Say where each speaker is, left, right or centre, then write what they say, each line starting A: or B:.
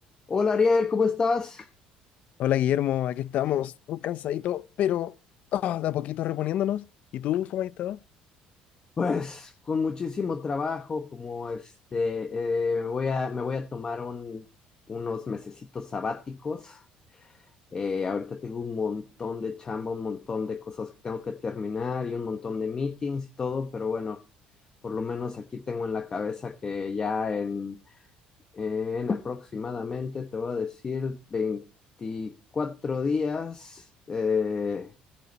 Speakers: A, on the left; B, on the left.
A: Hola Ariel, ¿cómo estás?
B: Hola Guillermo, aquí estamos, un cansadito, pero ah, de a poquito reponiéndonos. ¿Y tú cómo has estado?
A: Pues con muchísimo trabajo, como este, eh, voy a, me voy a tomar un- unos mesecitos sabáticos. Eh, ahorita tengo un montón de chamba, un montón de cosas que tengo que terminar y un montón de meetings y todo, pero bueno, por lo menos aquí tengo en la cabeza que ya en, en aproximadamente, te voy a decir, 24 días, eh,